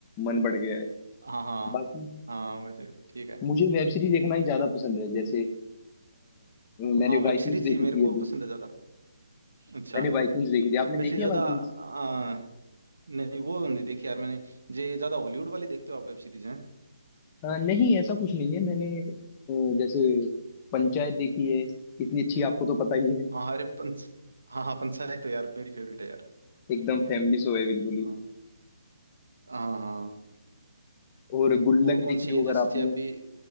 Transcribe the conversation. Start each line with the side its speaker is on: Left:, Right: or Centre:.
Left: मन बढ़ गया है
Right: हाँ हाँ
Left: बाकी
Right: हाँ वैसे ठीक है
Left: मुझे वेब सीरीज देखना ही ज्यादा पसंद है जैसे आ, मैंने
Right: हाँ वेब
Left: वाइकिंग्स
Right: सीरीज
Left: देखी
Right: ही मेरे
Left: थी अभी
Right: को पसंद है ज़्यादा अच्छा
Left: मैंने वाइकिंग्स देखी थी आपने
Right: वैसे
Left: देखी
Right: ज़्यादा
Left: है वाइकिंग्स
Right: आ, नहीं वो नहीं देखी यार मैंने जे ज़्यादा हॉलीवुड वाली देखते हो आप वेब सीरीज हैं
Left: आ, नहीं ऐसा कुछ नहीं है मैंने अ, जैसे पंचायत देखी है कितनी अच्छी आपको तो पता ही है
Right: हाँ हाँ, अरे पंच हाँ हाँ पंचायत तो यार मेरी फेवरेट है यार
Left: एकदम फैमिली शो है बिल्कुल
Right: हाँ
Left: ही
Right: हाँ हाँ
Left: और गुल्लक
Right: और कौन
Left: देखी
Right: सी
Left: हो
Right: है जैसे
Left: अगर आपने
Right: अभी